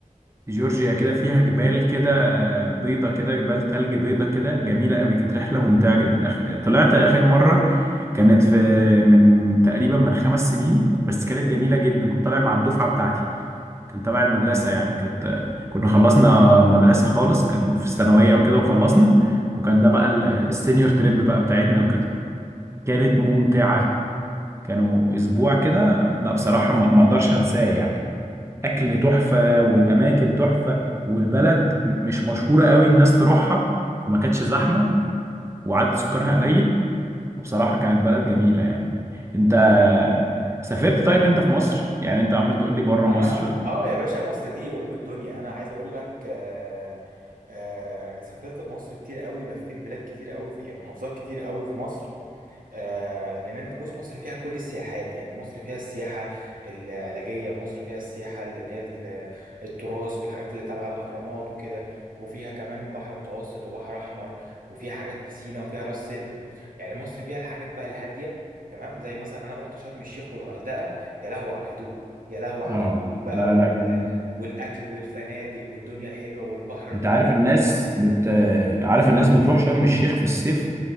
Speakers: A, on the right (about 20°); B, on the right (about 85°).
A: جورجيا كده فيها جبال كده آه، بيضة كده جبال تلج بيضة كده جميلة قوي كانت رحلة ممتعة جدا أخ... طلعت آخر مرة كانت في من تقريبا من خمس سنين بس كانت جميلة جدا كنت طالع مع الدفعة بتاعتي كان تبع المدرسة يعني كانت كنا خلصنا مدرسة خالص كان في الثانوية وكده وخلصنا وكان ده بقى ال- السينيور تريب بقى بتاعتنا وكده كانت ممتعة كانوا أسبوع كده لا بصراحة ما ما أقدرش أنساه يعني أكل تحفة والأماكن تحفة والبلد م- مش مشهورة قوي الناس تروحها فما كانتش زحمة وعدد سكانها قليل بصراحة كانت بلد جميلة يعني انت سافرت طيب انت في مصر يعني انت عمال تقول لي بره
B: انا
A: مصر
B: اه يا باشا مصر دي ام الدنيا انا عايز اقول لك آه آه سافرت في مصر كتير قوي ولفيت بلاد كتير قوي في يعني محافظات كتير قوي في مصر آه لان انت بص مصر فيها كل السياحات يعني مصر فيها السياحه العلاجيه مصر فيها السياحه اللي هي الت- التراث والحاجات اللي تبع الاهرامات وكده وفيها كمان بحر متوسط وبحر احمر وفيها حاجات في سينا وفيها راس سدر يعني مصر فيها الحاجات بقى الهاديه تمام زي مثلا انا رحت شرم الشيخ والغردقه يا لهو على الهدوء يا لهو على
A: اه
B: الهدوء بقى
A: لا
B: وال...
A: لا جميل
B: والاكل والفنادق والدنيا الحلوه والبحر الاحمر
A: انت عارف الناس
B: والشعب
A: بت عارف الناس بتروح شرم الشيخ في الصيف